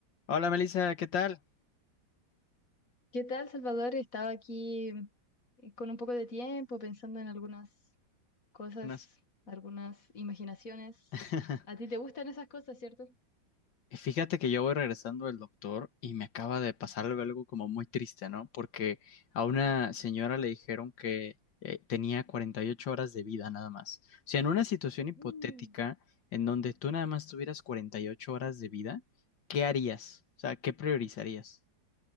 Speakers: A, on the left; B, on the left.
A: Hola Melissa, ¿qué tal?
B: ¿Qué tal, Salvador? Estaba aquí eh, con un poco de tiempo pensando en algunas cosas,
A: Buenas.
B: algunas imaginaciones.
A: <laughs>
B: ¿A ti te gustan esas cosas, cierto?
A: Fíjate que yo voy regresando del doctor y me acaba de pasar algo algo como muy triste, ¿no? Porque a una señora le dijeron que eh, tenía 48 horas de vida nada más. O sea, en una situación hipotética
B: Mm.
A: en donde tú nada más tuvieras 48 horas de vida, ¿qué harías? O sea, ¿qué priorizarías?